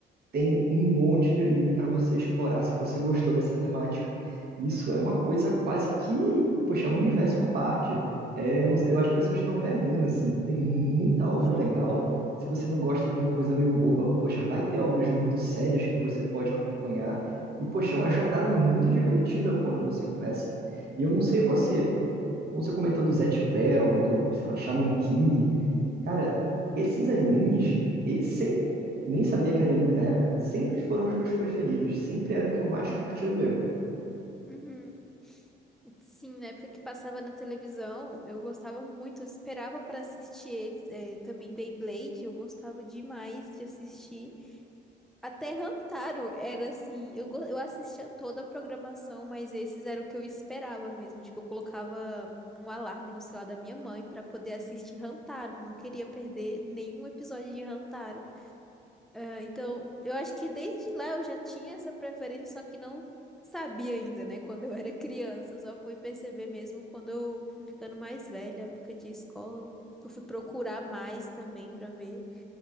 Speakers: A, on the right; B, in the centre.
A: tem um monte de anime para você explorar se você gostou dessa temática. Isso
B: Uhum.
A: é uma coisa quase que, poxa, é um universo à parte. É, eu eu acho que as pessoas estão perdendo, assim. Tem muita obra
B: Uhum.
A: legal.
B: <laughs>
A: Se você não gosta de uma coisa meio boba, poxa, vai ter obras muito sérias que você pode acompanhar. E, poxa, é uma jornada muito divertida quando você começa. E eu não sei você, é como você comentou do Zatch Bell, do, sei lá, Shaman King. Cara, esses animes, e- sem, nem sabia que era anime na época, sempre foram os meus preferidos, sempre era o que eu mais curtia ver.
B: Uhum. Sim, na época que passava na televisão, eu gostava muito, eu esperava para assistir eles, eh, também Beyblade, eu gostava demais de assistir. Até Hamtaro era assim, eu, go- eu assistia toda a programação, mas esses era o que eu esperava mesmo. Tipo, eu colocava um alarme no celular da minha mãe para poder assistir Hamtaro, não queria perder nenhum episódio de Hamtaro. Ah, então, eu acho que desde lá eu já tinha essa preferência, só que não sabia ainda, né? Quando eu era <laughs> criança, eu só fui perceber mesmo quando eu fui ficando mais velha, época de escola. Eu fui procurar mais também pra ver.